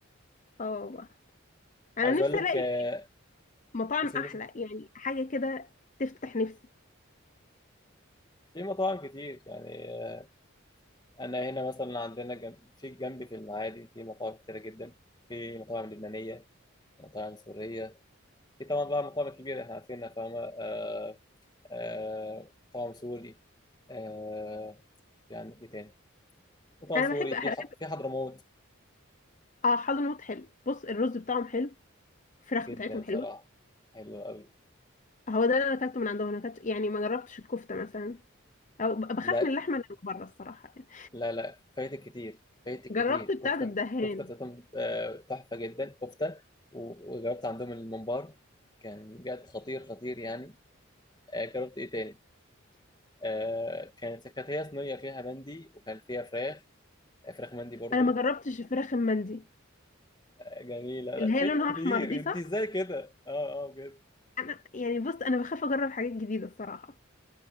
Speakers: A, on the left; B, on the left.
A: اه انا
B: عايز
A: نفسي
B: اقول لك
A: الاقي
B: آه،
A: مطاعم
B: بس
A: احلى
B: الناس كت-
A: يعني حاجه كده تفتح نفسي
B: في مطاعم كتير يعني آه، انا هنا مثلا عندنا جنب في جنبي في المعادي في مطاعم كتيره جدا في مطاعم لبنانيه مطاعم سوريه في طبعا بقى مطاعم كبيره احنا عارفينها فاهمه آه، آه، مطاعم سوري آه، يعني ايه تاني مطعم
A: انا
B: سوري
A: بحب بحب
B: في ح... في حضرموت
A: اه حضرموت حلو بص الرز بتاعهم حلو الفراخ
B: جدا
A: بتاعتهم
B: بصراحة
A: حلوه
B: حلو قوي
A: هو ده اللي انا اكلته من عندهم انا اكلت يعني ما جربتش الكفته مثلا او ب- بخاف
B: لا
A: من اللحمه اللي بره الصراحه يعني
B: لا لا فايتك كتير فايتك
A: جربت
B: كتير
A: بتاعه
B: كفتة
A: الدهان
B: كفتة بتاعتهم آه، تحفة جدا كفتة و- وجربت عندهم الممبار كان بجد خطير خطير يعني آه، جربت ايه تاني آه، كانت كانت هي صينية فيها مندي وكان فيها فراخ آه، فراخ مندي برضو
A: انا ما جربتش الفراخ المندي
B: آه، جميلة لا
A: اللي هي
B: فايتك
A: لونها
B: كتير
A: احمر دي صح
B: انت ازاي كده اه اه بجد
A: انا يعني بص انا بخاف اجرب حاجات جديده الصراحه